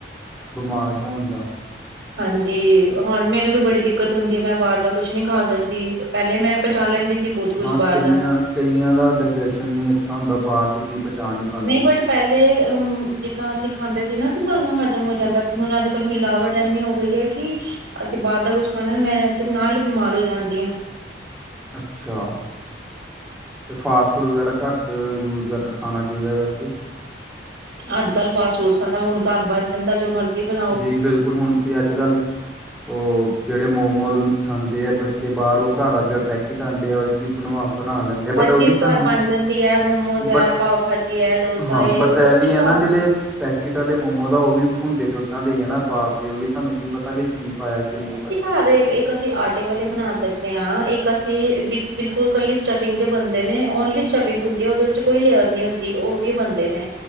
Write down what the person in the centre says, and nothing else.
ਬਮਾਰ ਹੋਣ ਦਾ।
ਹਾਂ
ਕਈਆਂ
ਕਈਆਂ ਦਾ ਡਾਇਜੈਸ਼ਨ ਨੀ ਅੱਛਾ ਹੁੰਦਾ ਬਾਹਰ ਦੀ ਚੀਜ਼ ਪਚਾ ਨੀ ਪਾਂਦੇ।
ਅੱਛਾ, ਤੇ ਫਾਸਟ ਫੂਡ ਵਗੈਰਾ ਘੱਟ ਯੂਜ਼ ਕਰਨ। ਖਾਣਾ ਚਾਹੀਦਾ ਵੈਸੇ।
ਜੀ ਬਿਲਕੁੱਲ ਹੁਣ ਤੇ ਅੱਜ ਕੱਲ੍ਹ ਓ ਜਿਹੜੇ ਮੋਮੋਜ਼ ਖਾਂਦੇ ਆ ਬੱਚੇ ਬਾਹਰੋਂ ਘਰ ਅੱਜ ਕੱਲ ਪੈਕਿਟ ਆਂਦੇ ਆ। ਜੀ ਬਣਵਾ ਬਣਾ ਲੈਂਦੇ। ਆ
ਬਟ
ਉਹ ਵੀ ਸਾਨੂੰ
ਬਟ
ਹਾਂ
ਬਟ
ਇਹ ਵੀ
ਹੈ
ਨਾ ਜਿਹੜੇ ਪੈਕਟ ਆਲੇ ਮੋਮੋਸ ਦਾ ਓ ਵੀ ਹੁੰਦੇ ਤੇ ਓਦਾਂ ਦੇ ਈ ਆ ਨਾ ਬਾਹਰ ਦੇ ਉਹ ਵੀ ਸਾਨੂੰ ਕੀ ਪਤਾ ਪਤਾ ਵਿੱਚ ਕੀ ਪਾਇਆ ਕੀ ਨੀ ਪਾਇਆ।